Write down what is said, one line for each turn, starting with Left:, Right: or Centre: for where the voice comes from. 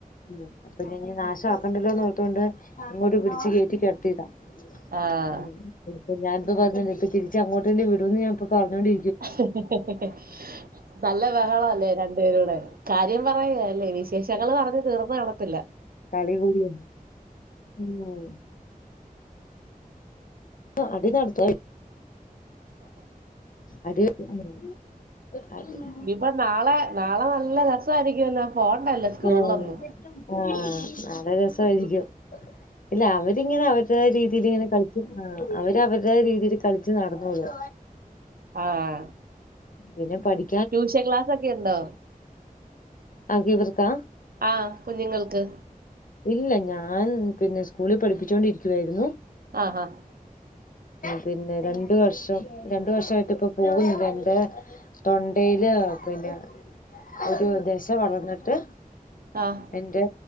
Left: ഉം അപ്പൊതിനി നാശാക്കണ്ടല്ലോന്നോർത്ത് കൊണ്ട് ഇങ്ങോട്ട് പിടിച്ച് കേറ്റി കെടത്തീതാ
Right: ആഹ്
Left: ഉം ഇപ്പ ഞാനിപ്പ പറഞ്ഞണ്ട് ഇപ്പൊ തിരിച്ച അങ്ങോട്ട്ന്നെ വിടോന്ന് ഞാനി പ്പ പറഞ്ഞോണ്ടി
Right: ഹ്ഹ്ഹ് നല്ല ബഹള അല്ലേ രണ്ടു പേരൂടെ കാര്യം പറയ അല്ലേ വിശേഷങ്ങൾ പറഞ്ഞ് തീർന്ന് കണത്തില്ല
Left: കളി കൂടിയാ ഉം അടി നടത്ത അടി <unintelligible> അ <unintelligible>
Right: പ്പൊ നാളെ നാളെ നല്ല രസായിരിക്കുവല്ലൊ പോണ്ടല്ലോ സ്കൂളിലൊന്നും
Left: ആഹ് ആഹ് നല്ല രസായിരിക്കും ഇല്ല അവരിങ്ങനെ അവരുടെ രീതിൽ ഇങ്ങനെ കളി ആ അവര് അവരുടേതായ രീതിൽ കളിച്ച് നടന്നോളും
Right: ആഹ്
Left: പിന്നെ പഠി
Right: ട്യൂഷൻ ക്ലാസ് ഒക്കെ ഉണ്ടോ
Left: <unintelligible> ആെ ഇവർക്കാ
Right: ആഹ് കുഞ്ഞുങ്ങൾക്ക്
Left: ഇല്ല ഞാൻ പിന്നെ സ്കൂളിൽ പഠിപ്പിച്ചോണ്ടിരിക്കുവായിരുന്നു
Right: ആഹ് ആഹ്
Left: പിന്നെ രണ്ട് വർഷം രണ്ട് വർഷായിട്ട് ഇപ്പ പോവുന്നില്ല എന്റെ തൊണ്ടയില് പിന്നെ ഒരു ദശ വളർന്നിട്ട്
Right: ആഹ്
Left: എന്റെ